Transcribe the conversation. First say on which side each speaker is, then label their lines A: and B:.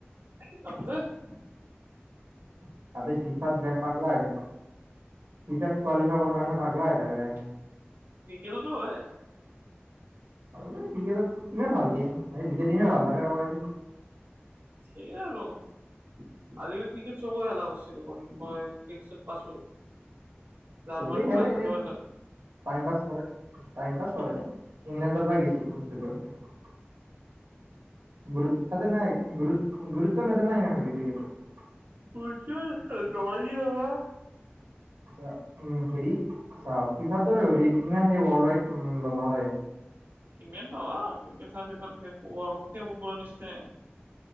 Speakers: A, on the right; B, on the right.
A: <unintelligible>
B: <unintelligible> ফিফাত কোৱালিফাই কৰিব কাৰণে পাগলাই হৈ থাকে বে।
A: ক্ৰিকেটতো হয়।
B: আৰু ক্ৰিকেটত ইমান ভাল দিন এই দ্বিতীয় দিনে ভাল থাকিবই।
A: সেইয়া আৰু। আজিকালি ক্ৰিকেট চব খেলা লাভ আছে দেখোন, মই ক্ৰিকট চট পাইছো, জাৰৰ্মনী
B: চবেই খেলে
A: ফ্ৰানস
B: এনে
A: <unintelligible>
B: টাইম পাছ কৰে টাইম পাছ কৰে ইংলেণ্ডৰ পৰা গৈছে। <unintelligible> গুৰুত্ব যে নাই গুৰুত, গুৰুত ন তে নাই ন ডগ্ৰীিক <unintelligible>
A: পছো ল হা <unintelligible>
B: উ হেৰি, চাওক ফিফাৰ দৰে ইমান স ৱৰ্ল্ড ৱাইড নোৱাৰে।
A: সিমান ন <unintelligible> ক্ৰিকেটৰ বিপৰকে ফুটবলৰ নিচিনা।